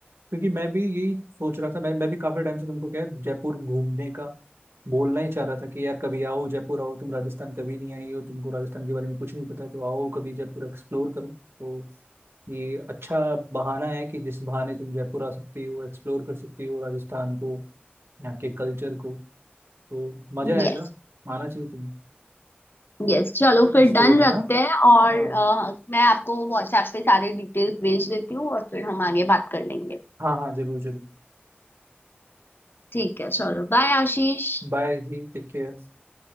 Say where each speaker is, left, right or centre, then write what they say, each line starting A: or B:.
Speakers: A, on the right; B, on the left.
A: क्योंकि मैं भी यही सोच रहा था मैं मैं भी काफी टाइम से तुमको क्या है, जयपुर घूमने का बोलना ही चाह रहा था कि यार कभी आओ जयपुर आओ तुम राजस्थान कभी नहीं आई हो तुमको राजस्थान के बारे में कुछ नहीं पता तो आओ कभी जयपुर एक्सप्लोर करो तो ये अच्छा बहाना है कि जिस बहाने तुम जयपुर आ सकती हो एक्सप्लोर कर सकती हो राजस्थान को यहाँ के कल्चर को तो मजा आएगा
B: यस
A: आना चाहिए तुम्हें
B: यस चलो फिर
A: स्टूडेंट
B: डन
A: है
B: रखते
A: ना
B: हैं और
A: हाँ
B: आ, मैं आपको व्हाट्सएप पे सारे डिटेल्स भेज देती हूँ और फिर हम आगे बात कर लेंगे
A: हाँ हाँ जरूर जरूर
B: ठीक है चलो बाय आशीष
A: बाय जी टेक केयर